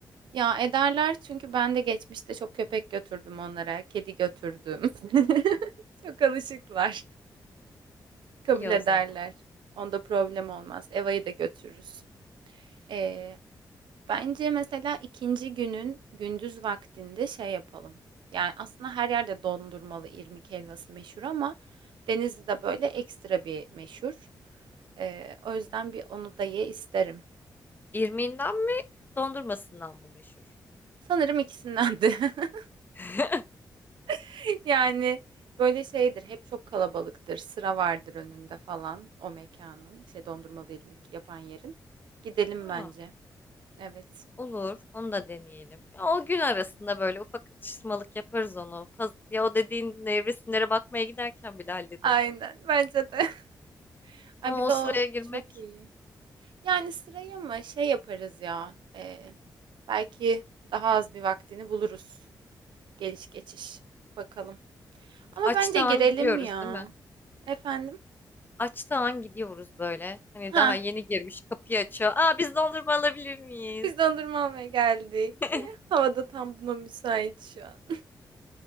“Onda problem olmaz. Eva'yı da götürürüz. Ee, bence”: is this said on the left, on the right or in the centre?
Right